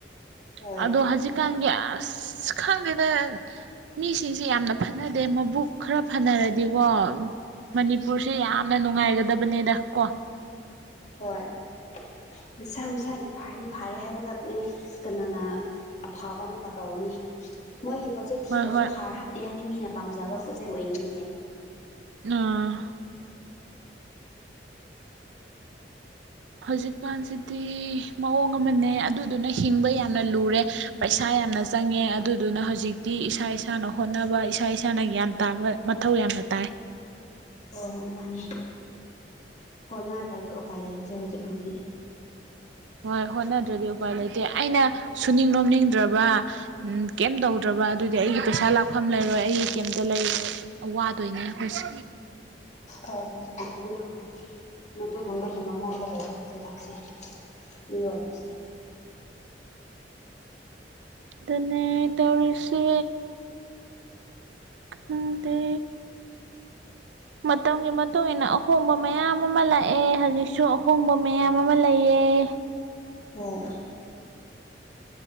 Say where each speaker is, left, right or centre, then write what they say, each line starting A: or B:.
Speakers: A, on the left (about 40°); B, on the right (about 85°).
A: ꯍꯣꯏ
B: ꯑꯗꯣ ꯍꯧꯖꯤꯛꯀꯥꯟꯒꯤ ꯑꯁ ꯈꯪꯗꯦꯗ ꯃꯤꯁꯤꯡꯁꯦ ꯌꯥꯝꯅ ꯐꯅꯗꯦ ꯃꯕꯨꯛ ꯈꯔ ꯐꯅꯔꯗꯤꯀꯣ ꯃꯅꯤꯄꯨꯔꯁꯦ ꯌꯥꯝꯅ ꯅꯨꯡꯉꯥꯏꯒꯗꯕꯅꯦꯗ ꯀꯣ
A: ꯍꯣꯏ ꯃꯁꯥ ꯃꯁꯥꯒꯤ ꯐꯥꯔꯤ ꯐꯥꯔꯦ ꯍꯥꯏꯕꯈꯛꯅꯦ ꯀꯅꯥꯅ ꯑꯐꯕ ꯑꯃꯨꯛꯀ ꯇꯧꯅꯤ ꯃꯣꯏꯒꯤ ꯄꯣꯠꯆꯩ ꯊꯤꯔꯁꯨ
B: ꯍꯣꯏ ꯍꯣꯏ
A: ꯍꯥꯔ ꯍꯥꯞꯇꯦ ꯍꯥꯏꯗꯤ ꯃꯤꯅ ꯄꯥꯝꯖꯕ ꯄꯣꯠꯆꯩ ꯑꯣꯏꯅꯤꯌꯦ
B: ꯑꯥ ꯍꯧꯖꯤꯛꯀꯥꯟꯁꯤꯗꯤ ꯃꯑꯣꯡ ꯑꯃꯅꯦ ꯑꯗꯨꯗꯨꯅ ꯍꯤꯡꯕ ꯌꯥꯝꯅ ꯂꯨꯔꯦ ꯄꯩꯁꯥ ꯌꯥꯝꯌꯥꯝꯅ ꯆꯪꯉꯦ ꯑꯗꯨꯗꯨꯅ ꯍꯧꯖꯤꯛꯇꯤ ꯏꯁꯥ ꯏꯁꯥꯅ ꯍꯣꯠꯅꯕ ꯏꯁꯥ ꯏꯁꯥꯅ ꯒ꯭ꯌꯥꯟ ꯇꯥꯕ ꯃꯊꯧ ꯌꯥꯝꯅ ꯇꯥꯏ
A: ꯑꯣ ꯍꯣ ꯃꯥꯅꯤ ꯍꯣꯠꯅꯗ꯭ꯔꯗꯤ ꯎꯄꯥꯏ ꯂꯩꯇꯦ ꯍꯧꯖꯤꯛ ꯀꯥꯟꯗꯤ
B: ꯍꯣꯏ ꯍꯣꯠꯅꯗ꯭ꯔꯗꯤ ꯎꯄꯥꯏ ꯂꯩꯇꯦ ꯑꯩꯅ ꯁꯨꯅꯤꯡ ꯅꯣꯝꯅꯤꯡꯗ꯭ꯔꯕ ꯀꯦꯝ ꯇꯧꯗ꯭ꯔꯕ ꯑꯗꯨꯗꯤ ꯑꯩꯒꯤ ꯄꯩꯁꯥ ꯂꯥꯛꯐꯝ ꯂꯩꯔꯣꯏ ꯑꯩꯒꯤ ꯀꯦꯝꯇ ꯂꯩ ꯑꯩ ꯋꯥꯗꯣꯏꯅꯦ ꯑꯩꯈꯣꯏꯁꯦ
A: ꯍꯣꯏ ꯍꯧꯖꯤꯛꯐꯥꯎꯁꯦ ꯑꯗꯨꯃꯥꯏꯅ ꯃꯗꯨꯒꯨꯝꯕꯒꯤ ꯃꯑꯣꯡꯗ ꯂꯩꯔꯦ ꯍꯧꯖꯤꯛꯀꯥꯟꯁꯦ ꯃꯤ ꯑꯣꯏꯗꯨꯁꯦ
B: ꯑꯗꯨꯅꯦ ꯇꯧꯔꯤꯁꯦ ꯈꯪꯗꯦ ꯃꯇꯝꯒꯤ ꯃꯇꯨꯡ ꯏꯟꯅ ꯑꯍꯣꯡꯕ ꯃꯌꯥꯝ ꯑꯃ ꯂꯥꯛꯑꯦ ꯍꯧꯖꯤꯛꯁꯨ ꯑꯍꯣꯡꯕ ꯃꯌꯥꯝ ꯑꯃ ꯂꯩꯑ ꯑꯦ
A: ꯍꯣꯏ